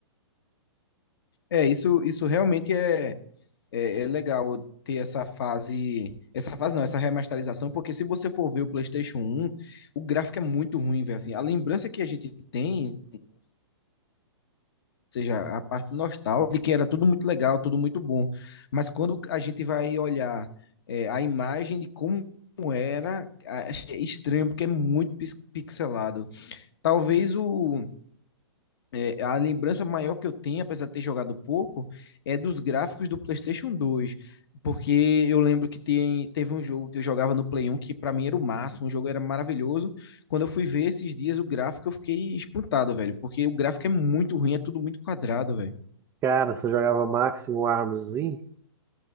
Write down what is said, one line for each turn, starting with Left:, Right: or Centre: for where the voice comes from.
Left: É, isso, isso realmente é, é, é legal ter essa fase. Essa fase não, essa remasterização, porque se você for ver o PlayStation 1, o gráfico é muito ruim, velho. Assim, a lembrança que a gente tem, seja, a parte nostálgica, de que era tudo muito legal, tudo muito bom. Mas quando a gente vai olhar é, a imagem de como era, é estranho, porque é muito pis- pixelado. Talvez o, é, a lembrança maior que eu tenho, apesar de ter jogado pouco, é dos gráficos do PlayStation 2. Porque eu lembro que tem, teve um jogo que eu jogava no Play 1 que para mim era o máximo, o jogo era maravilhoso. Quando eu fui ver esses dias o gráfico, eu fiquei espantado, velho, porque o gráfico é muito ruim, é tudo muito quadrado, velho.
Right: cara, você jogava Máximo Armzinho?